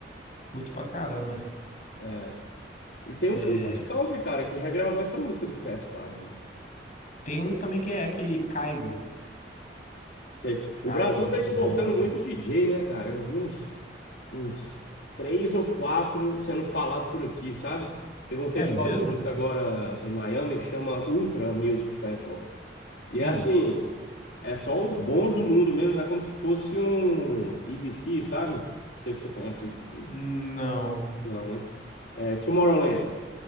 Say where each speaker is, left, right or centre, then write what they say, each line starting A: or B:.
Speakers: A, on the left; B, on the left.
A: curto pra caramba.
B: é. E tem
A: É,
B: um cantor de country, cara, que regravou essa música do Fast Car. hein?
A: tem um também que é aquele Caigo.
B: Cê-
A: Caigo
B: o Brasil
A: é muito
B: tá exportando
A: bom, pô.
B: muito DJ, né, cara? Eu vi uns, uns três ou quatro sendo falado por aqui, sabe? Teve um festival
A: É mesmo?
B: de música agora em Miami que chama Ultra Music Festival. E
A: Hum,
B: é assim. É só os bons do mundo mesmo, é como se fosse um EDC, sabe? Não sei se você conhece EDC.
A: não.
B: Não, né? É, Tomorrowland.